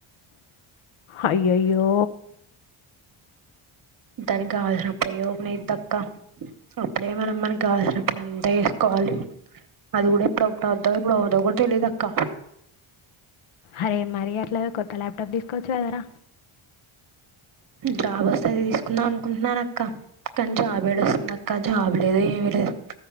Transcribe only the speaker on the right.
దానికి కావల్సినప్పుడే ఓపెన్ అయిదీ అక్క అప్పుడే మన మనకి కాల్సినప్పుడు అంతే చేసుకోవాలి అది కూడా ఇప్పుడుప్పుడు వద్దో ఇప్పుడు అద్దో కూడా తెలిదుక్క
జాబ్ వస్తేది తీసుకుందాం అనుకుంటున్నాను అక్క కానీ జాబ్ ఏడు వస్తుంది అక్క జాబ్ లేదు ఏమిీ లేదు